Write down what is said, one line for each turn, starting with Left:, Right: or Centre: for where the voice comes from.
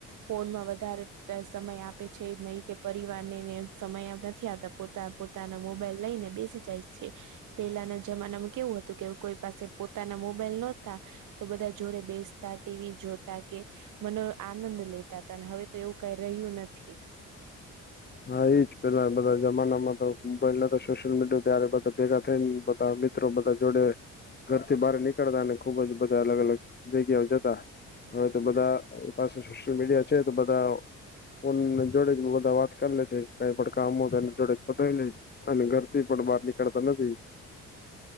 Right: ફોનમાં વધારે સમય આપે છે, નહી કે પરિવારને નેમ સમયે નથી આપતા પોતા, પોતાના લઈને બેસી જાય છે પેલાના જમાનામાં કેવું હતું કે, કોઈ પાસે પોતાના મોબાઈલ નોતા તો બધા જોડે બેસતા, ટી વી જોતા કે મનો આનંદ લેતા હતા. અને હવે તો એવું કંઈ રહ્યું નથી.
Left: હા એજ. પેલા બધા જમાનામાં તો પેલા તો સોશિયલ મીડિયા ત્યારે બધા ભેગા થઈ ન બધા બી મિત્રો બધા જોડે ઘરથી બહાર નીકળતા અને ખુબ જ બધા અલગ-અલગ જગ્યાઓ જતા. હવે તો, બધા એ પાસે સોશલ મીડિયા છે તો બધા ફોનને જોડે બધા વાત કર લે છે. કઈ પણ કામ હો તે એને જોડે જ પતાયી લે છે. અને ઘરથી પણ બહાર નીકળતા નથી.